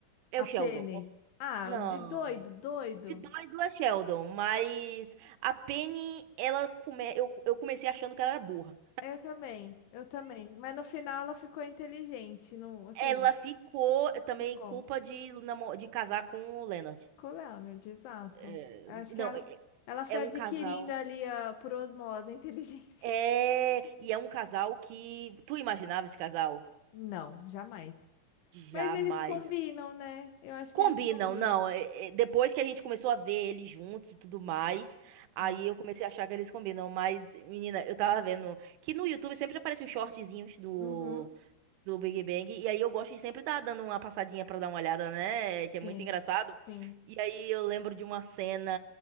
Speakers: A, on the right; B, on the left.
A: é
B: a
A: o Sheldon,
B: Penny. Ah,
A: Não.
B: de doido, doido.
A: De doido é Sheldon, mas a Penny, ela come... eu, eu comecei achando que ela era burra.
B: Eu também, eu também. Mas no final ela ficou inteligente, não, assim,
A: Ela ficou também
B: ficou.
A: culpa de, namo- de casar com o Leonard.
B: Com o Leonard, exato.
A: É,
B: Acho
A: Não,
B: que ela,
A: é
B: ela foi
A: é um
B: adquirindo
A: casal.
B: ali a, por osmose a inteligência.
A: É, e é um casal que. Tu imaginava esse casal?
B: <laughs> Não, jamais.
A: Jamais.
B: Mas eles combinam, né? Eu acho
A: Combinam,
B: que eles combinam.
A: não. é- é, Depois que a gente começou a ver eles juntos e tudo mais, aí
B: Ah,
A: eu comecei a achar que eles combinam. Mas, menina, eu tava vendo que no YouTube sempre aparecem os shortzinhos do,
B: Uhum,
A: do Big Bang. E aí eu gosto de sempre estar dando uma passadinha pra dar uma olhada, né? Que é
B: sim,
A: muito engraçado.
B: sim.
A: E aí eu lembro de uma cena